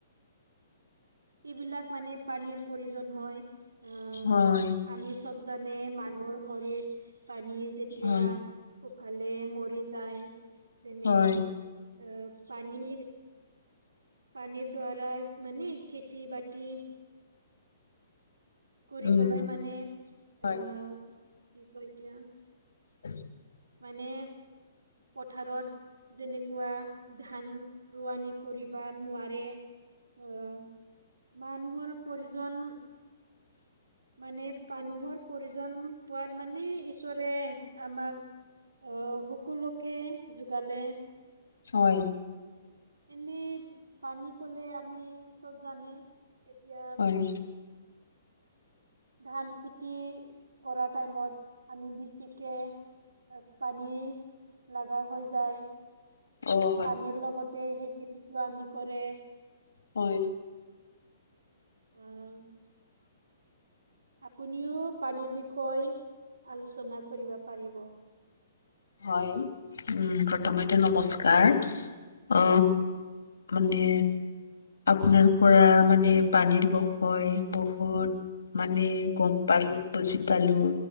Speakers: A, on the right (about 80°); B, on the left (about 75°).
A: এইবিলাক মানে পানীৰ প্ৰয়োজন হয় আহ
B: হয়
A: আমি চব জানে মানুহৰ শৰিত পানী যেতিয়া
B: হয়
A: সুকালে মৰি যায় যেনে
B: হয়
A: আহ পানীৰ- পানীৰ দ্বাৰা মানে খেতি বাতি কৰিবলৈ
B: উম
A: মানে আহ
B: হয়
A: কি কয় এতিয়া
B: উ।
A: মানে পথাৰত যেনেকুৱা ধান ৰোৱানি কৰিব নোৱাৰে। আহ মানুহৰ প্ৰয়োজন। মানে মানুহৰ প্ৰয়োজন পোৱাত মানে ঈশ্বৰে আমাক আহ সকলোকে যোগালে
B: হয়
A: এনেই পানী কলে আমি চব জানে। এতিয়া আহ।
B: হয়,
A: ধান খেতি কৰা টাইমত আমি বেছিকে। পানী লগা হৈ যায়।
B: অ হয়
A: পানীৰ লগতে সেই খেতিটো আমি কৰে।
B: হয়।
A: অঁ। আপুনিও পানীৰ বিষয়ে আলোচনা কৰিব পাৰিব।
B: হয়। উম প্ৰথমতে নমস্কাৰ। অ, মানে আপোনাৰ পৰা মানে পানীৰ বসয় বহুত। মানে গম পালো বুজি পালো।